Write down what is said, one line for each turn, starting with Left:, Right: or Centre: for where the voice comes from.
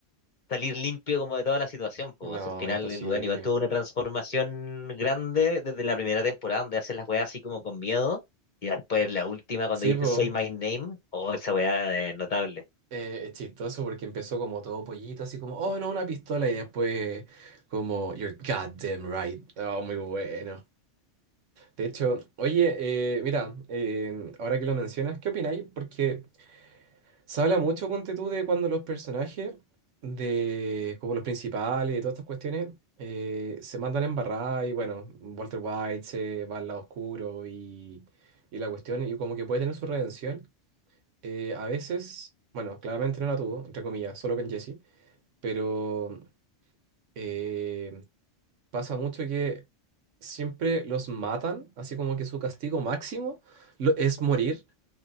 Left: salir limpio como de toda la situación. Pues
Right: No,
Left: al final
Right: imposible.
Left: el weón igual tuvo una transformación grande desde la primera temporada donde hace las weas así como con miedo y después la última cuando
Right: Sí,
Left: dice
Right: pues,
Left: Say My Name, oh, esa wea es notable.
Right: eh, es chistoso porque empezó como todo pollito, así como, oh, no, una pistola, y después como, you're goddamn right. Oh, muy bueno. De hecho, oye, eh, mira, eh, ahora que lo mencionas, ¿qué opináis? Porque se habla mucho, ponte tú, de cuando los personajes, de como los principales, de todas estas cuestiones, eh, se mandan embarrar y bueno, Walter White se va al lado oscuro y, y la cuestión, y como que puede tener su redención. eh, a veces, bueno, claramente no la tuvo, entre comillas, solo con Jesse, pero eh, pasa mucho que siempre los matan, así como que su castigo máximo lo- es morir,